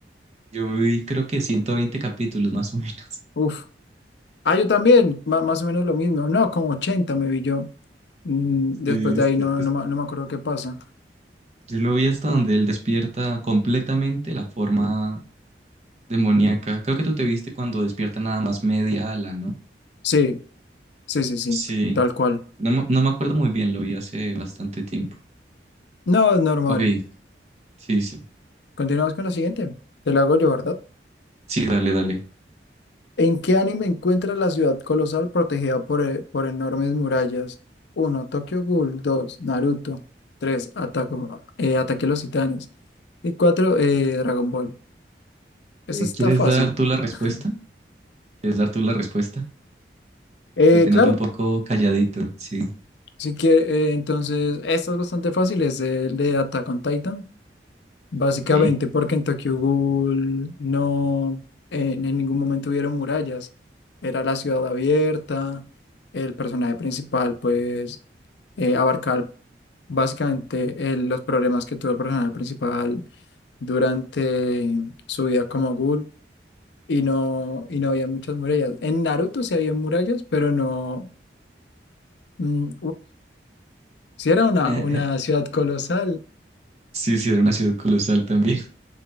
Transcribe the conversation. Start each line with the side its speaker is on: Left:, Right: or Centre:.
Right: Yo me vi creo que 120 capítulos más o menos.
Left: Uf, Ah, yo también, ma- más o menos lo mismo. No, como 80 me vi yo. Mm,
Right: <laughs>
Left: Después
Right: Sí,
Left: de
Right: está-
Left: ahí no,
Right: es-
Left: no, ma- no me acuerdo qué pasa.
Right: yo lo vi hasta donde él despierta completamente la forma demoníaca. Creo que tú te viste cuando despierta nada más media ala, ¿no?
Left: Sí, sí, sí, sí,
Right: Sí,
Left: tal cual.
Right: no, me- no me acuerdo muy bien, lo vi hace bastante tiempo.
Left: No, es normal.
Right: Ok, sí, sí.
Left: Continuamos con la siguiente. Te la hago yo, ¿verdad?
Right: Sí, dale, dale.
Left: ¿En qué anime encuentras la ciudad colosal protegida por, eh, por enormes murallas? Uno, Tokyo Ghoul. 2, Naruto. 3, Ataque, eh, Ataque a los Titanes. Y 4. Dragon Ball. Esa
Right: Eh,
Left: está
Right: ¿Quieres
Left: fácil.
Right: dar tú la respuesta?
Left: <laughs>
Right: ¿Quieres dar tú la respuesta?
Left: Eh,
Right: Que te noto
Left: claro,
Right: un poco calladito, sí.
Left: Si quiere, eh, entonces, esta es bastante fácil, es el de Attack on Titan. Básicamente
Right: Ok.
Left: porque en Tokyo Ghoul no, en, en ningún momento hubieron murallas. Era la ciudad abierta, el personaje principal pues eh, abarcaba básicamente eh, los problemas que tuvo el personaje principal durante su vida como ghoul y no, y no había muchas murallas. En Naruto sí había murallas, pero no... mm, Si era una,
Right: <laughs>
Left: una ciudad colosal
Right: Sí, sí, era una ciudad colosal también.